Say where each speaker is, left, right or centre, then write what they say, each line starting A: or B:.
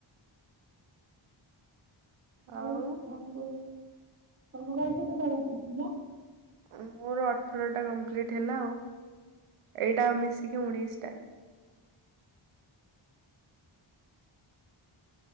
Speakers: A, on the right (about 30°); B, on the right (about 80°).
A: ତମର
B: ଆଉ
A: ଆଉ କେତଟା ବାକି ରହିଲା?
B: ମୋର ଅଠରଟା କମ୍ପ୍ଲିଟ୍ ହେଲା ଆଉ, ଏଇଟା ଆଉ ମିଶିକି ଉଣେଇଶ୍ ଟା।